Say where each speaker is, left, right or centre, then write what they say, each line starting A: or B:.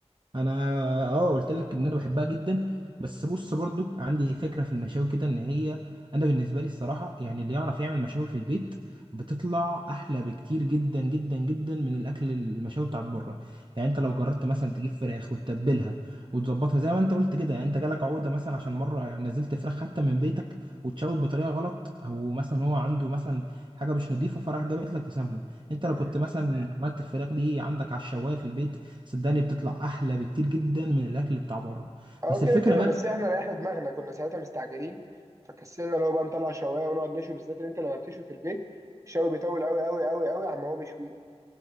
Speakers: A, on the right; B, on the right.
A: انا اه قلت لك ان انا بحبها جدا بس بص برضو عندي فكره في المشاوي كده ان هي انا بالنسبه لي الصراحه يعني اللي يعرف يعمل مشاوي في البيت بتطلع احلى بكتير جدا جدا جدا من الاكل المشاوي بتاعت بره يعني انت لو جربت مثلا تجيب فراخ وتتبلها وتظبطها زي ما انت قلت كده يعني انت جالك عقده مثلا عشان مره نزلت فراخ حتى من بيتك وتشوي بطريقه غلط او مثلا هو عنده مثلا حاجه مش نظيفه فراح جابت لك تسمم انت لو
B: مم.
A: كنت مثلا عملت الفراخ دي عندك على الشوايه في البيت صدقني بتطلع احلى بكتير جدا من الاكل بتاع بره
B: أه
A: بس
B: كده
A: الفكره
B: كده
A: بقى
B: بس إحنا ريحنا دماغنا كنا ساعتها مستعجلين فكسلنا اللي هو بقى نطلع شواية ونقعد نشوي بالذات إن أنت لما بتشوي في البيت الشوي بيطول أوي أوي أوي أوي عما هو بيشوي لك